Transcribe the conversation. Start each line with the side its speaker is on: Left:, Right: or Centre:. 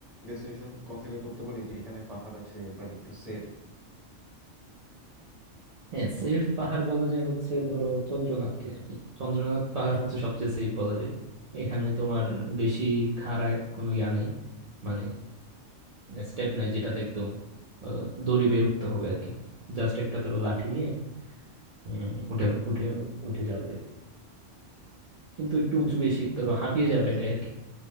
Centre: ডেস্টিনেশন কনসিডার করতে পারি যে এখানে পাহাড় আছে বাট একটু সেফ
Right: হ্যাঁ সেফ পাহাড় বলা যায় হচ্ছে ধরো চন্দ্রনাথকে আর কি চন্দ্রনাথ পাহাড় হচ্ছে সবচেয়ে সেফ বলা যায় এখানে তোমার বেশি খাড়া কোনো ইয়া নাই মানে স্টেপ নাই যেটাতে একদম আহ, দড়ি বেয়ে উঠতে হবে আর কি জাস্ট একটা ধরো লাঠি নিয়ে উম, উঠে উঠে উঠে যাওয়া যায় কিন্তু একটু উঁচু বেশি ধরো হাঁপিয়ে
Centre: হ্যাঁ
Right: যাওয়া এটাই আর কি